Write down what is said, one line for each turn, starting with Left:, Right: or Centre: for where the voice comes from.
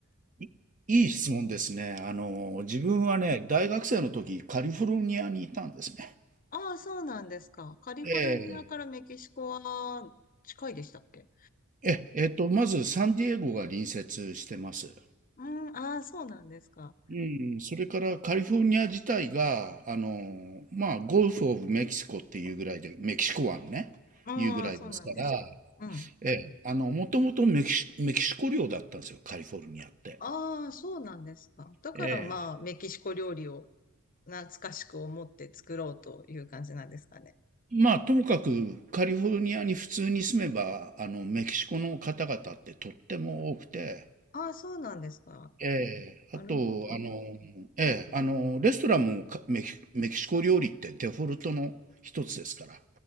Right: いいい質問ですね。あの、自分はね、
Left: うん。
Right: 大学生の時カリフォルニアにいたんですね。
Left: ああ、そうなんですか。カリフォルニアからメキシコは近いでしたっけ
Right: ええ、え、えっと、まずサンディエゴが隣接してます。
Left: うん。ああ、そうなんですか。
Right: うん、それからカリフォルニア自体が、あの、まあ、ゴルフ・オブ・メキシコっていうぐらいで、メキシコ湾ね、
Left: ああ、
Right: いうぐらいですから、
Left: そうなんですか。うん。
Right: ええ、あの、もともとメキシ、メキシコ領だったんですよ、カリフォルニアって。
Left: ああ、そうなんですか。だからまあ、
Right: ええ、
Left: メキシコ料理を懐かしく思って作ろうという感じなんですかね。
Right: まあ、ともかくカリフォルニアに普通に住めば、あの、メキシコの方々ってとっても多くて、
Left: ああ、そうなんですか。
Right: ええ、
Left: なるほど。
Right: あと、あの、ええ、あの、レストランもかメキ、メキシコ料理ってデフォルトの一つですから。